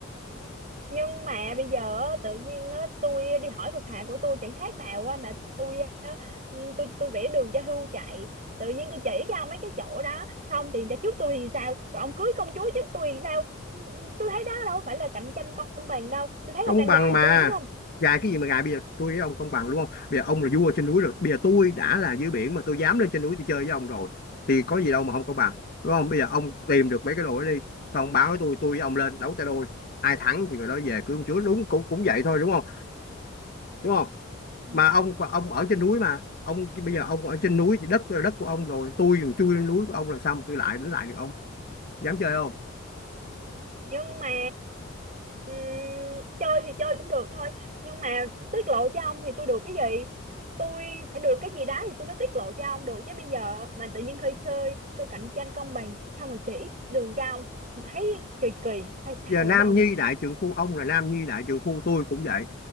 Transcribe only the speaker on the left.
công
bằng
mà
gài cái gì mà gài bây giờ tôi với ông công bằng đúng không bây giờ ông là vua trên núi rồi bây giờ tôi đã là dưới biển mà tôi dám lên trên núi tôi chơi với ông rồi thì có gì đâu mà không công bằng đúng không bây giờ ông tìm được mấy cái đồ đó đi xong ông báo với tôi tôi với ông lên đấu tay đôi ai thắng thì người đó về cưới ông chúa đúng cũng cũng vậy thôi đúng không đúng không
mà ông ông ở trên núi mà ông bây giờ ông ở trên núi thì đất là đất của ông rồi tôi còn chui lên núi của ông làm sao mà tôi lại đến lại được ông dám chơi không
giờ nam
nhi đại trượng phu ông là nam nhi đại trượng phu tôi cũng vậy